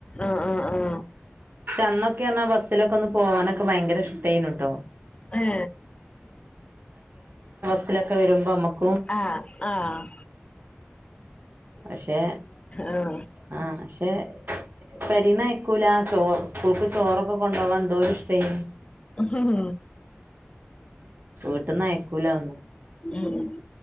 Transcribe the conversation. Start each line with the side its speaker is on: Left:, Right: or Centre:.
Left: ആ ആ ആ
Right: എന്നന്നൊക്കെ പറഞ്ഞാൽ ബസ്സിലൊക്കെ ഒന്ന് പോകാനൊക്കെ ഭയങ്കര ഇഷ്ടേന്നട്ടോ
Left: എ
Right: ബസിലൊക്കെ വരുമ്പോ നമക്ക്
Left: ആഹ് ആഹ്
Right: പക്ഷെ
Left: ആ
Right: ആഹ് പക്ഷെ പെരീന്ന് അയക്കൂല ചോ സ്കൂൾക്ക് ചോറൊക്കെ കൊണ്ടോവാൻ എന്തൊരു ഇഷ്ട്ടേനി
Left: ഉം
Right: വീട്ടീന്ന് അയക്കൂല അ ഒന്നും
Left: ഉം